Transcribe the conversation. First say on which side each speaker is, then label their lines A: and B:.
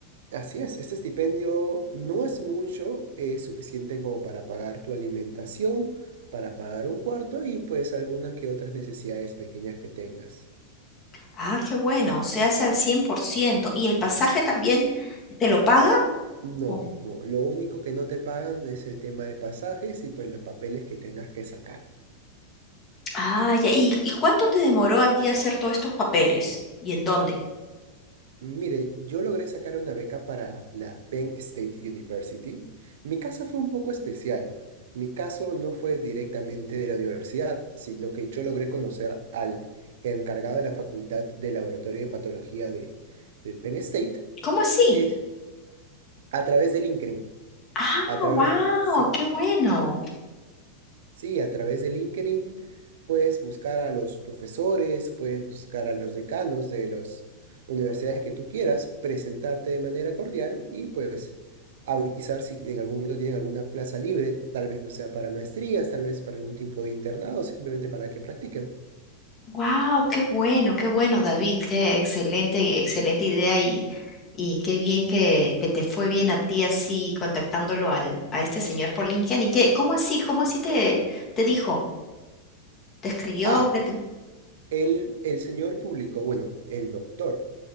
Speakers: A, on the right; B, on the left.
A: así es, este estipendio no es mucho, eh, es suficiente como para pagar tu alimentación, para pagar un cuarto y pues algunas que otras necesidades pequeñas que tengas.
B: Ah, qué bueno. Se hace al cien por ciento ¿Y el pasaje también te lo paga?
A: No,
B: Oh.
A: no, lo único que no te pagan es el tema de pasajes y pues los papeles que tengas que sacar.
B: Ah, ya. ¿Y, y cuánto te demoró a ti hacer todos estos papeles? ¿Y en dónde?
A: Mire, yo logré sacar una beca para la Penn State University. Mi caso fue un poco especial. Mi caso no fue directamente de la universidad, sino que yo logré conocer al encargado de la Facultad de Laboratorio de Patología de, de Penn State
B: ¿Cómo así?
A: es, a través de LinkedIn.
B: Ah,
A: A través,
B: wow,
A: sí,
B: qué bueno.
A: Sí, a través de LinkedIn puedes buscar a los profesores, puedes buscar a los decanos de las universidades que tú quieras, presentarte de manera cordial y pues avisar si en algún momento tienen alguna plaza libre, tal vez no sea para maestrías, tal vez para algún tipo de internado, simplemente para que practiquen.
B: Wow, qué bueno, qué bueno, David, qué excelente y excelente idea y, y qué bien que, que te fue bien a ti así contactándolo al, a este señor por LinkedIn. ¿Y qué, cómo así, cómo así te, te dijo? ¿Te escribió?
A: Ah,
B: ¿Qué te-
A: el, el señor publicó, bueno, el doctor